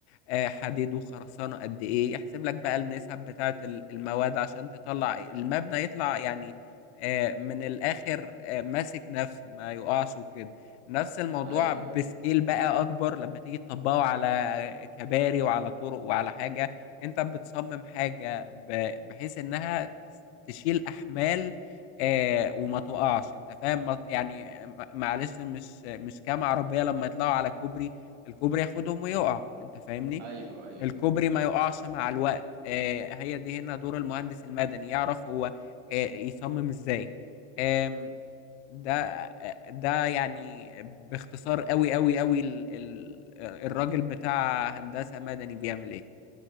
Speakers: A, on the left; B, on the right.
A: آه، حديد وخرسانة قد ايه يحسب لك بقى النسب بتاعة ال- المواد عشان تطلع المبنى يطلع يعني آه، من الاخر آه، ماسك نفسه ما يقعش وكده نفس الموضوع
B: ايوه
A: بسكيل بقى اكبر لما تيجي تطبقه على كباري وعلى طرق وعلى حاجة انت بتصمم حاجة ب- بحيث انها تس- تشيل احمال آه وما تقعش انت فاهم ما- يعني آه، معلش مش مش كام عربية لما يطلعوا على كوبري الكوبري ياخدهم ويقع انت فاهمني
B: ايوه ايوه
A: الكوبري ما يقعش مع الوقت آه، هي دي هنا دور المهندس المدني يعرف هو آه، يصمم ازاي آم، ده آه، ده يعني باختصار قوي قوي قوي ال- ال- الراجل بتاع هندسة مدني بيعمل ايه